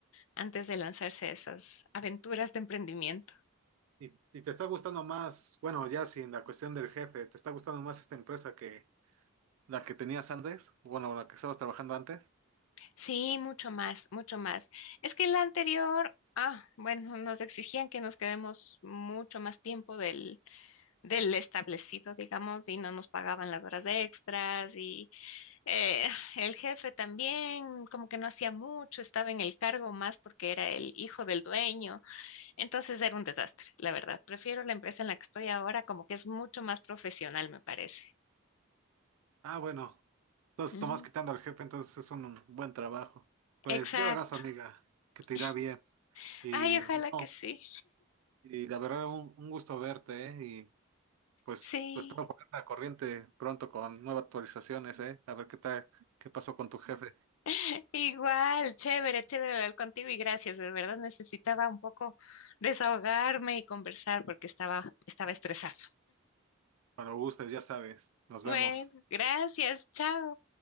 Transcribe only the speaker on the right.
¿Y, y te está gustando más, bueno, ya sin la cuestión del jefe, ¿te está gustando más esta empresa que la que tenías antes? Bueno, la que estabas trabajando antes.
Ah, bueno, entonces
tomás quitando al jefe, entonces es un buen trabajo. Pues
ya verás, amiga, que te
irá bien. Y
no,
y la verdad, un, un gusto verte, ¿eh? Pues,
pues espero ponerte la corriente pronto con nuevas actualizaciones, ¿eh? A ver qué tal, qué pasó con tu jefe.
Cuando gustes, ya sabes. Nos
vemos.